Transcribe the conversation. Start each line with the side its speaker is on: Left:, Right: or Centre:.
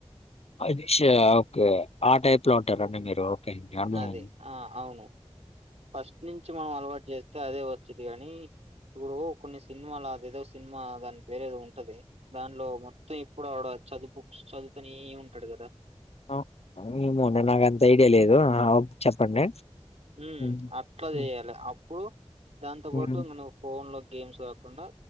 Left: అచ్చ ఓకే ఆ టైప్ లో ఉంటారండి మీరు ఓకే అండి అర్థమైంది
Right: అదే ఆ అవును ఫస్ట్ నుంచి మనం అలవాటు చేస్తే అదే వచ్చేది కాని ఇప్పుడు కొన్ని సినిమాలు అది ఏదో సినిమా దాని పేరేదో ఉంటది దానిలో మొత్తం ఎప్పుడు వాడు అది బుక్స్ చదువుతనే చదువుతనే ఉంటాడు కదా
Left: ఆ ఏమో నాక అంత ఐడియా ఆ ఒ ప్ చెప్పండి
Right: మ్
Left: హ్మ్.
Right: అట్లా
Left: హ్మ్.
Right: చెయాలి అప్పుడు దాంతో
Left: హ్మ్.
Right: పాటు మన ఫోన్ లో గేమ్స్ కాకుండా